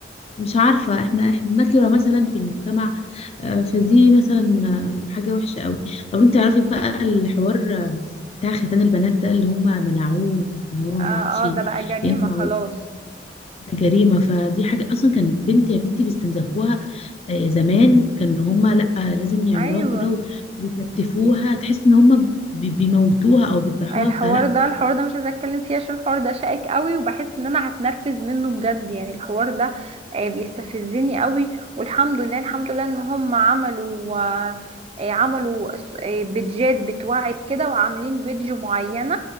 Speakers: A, on the left (about 35°); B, on the right (about 35°).
A: مش عارفه احنا احنا نكره مثلا في المجتمع آه، فدي مثلا آه، حاجه وحشه قوي طب انت تعرفي بقى الحوار آه، بتاع ختان البنات ده اللي هم منعوه ان هو ما
B: آه
A: عادش
B: آه ده بقى جريمة
A: ينفع
B: خلاص
A: جريمة فدي حاجة أصلا كان بنت يا بنتي بيستنزفوها آه، زمان كان هما لأ لازم يعملوها
B: أيوة
A: كده و- ويكتفوها تحس إن هما بي- بيموتوها أو بيذبحوها
B: الحوار
A: فلأ
B: ده الحوار ده مش عايزه اتكلم فيه عشان الحوار ده شائك قوي وبحس ان انا هتنرفز منه بجد يعني الحوار ده آه، بيستفزني قوي والحمد لله الحمد لله ان هم عملوا آه، آه، عملوا س- آه، بيدجات بتوعي بكده وعاملين بيدج معينه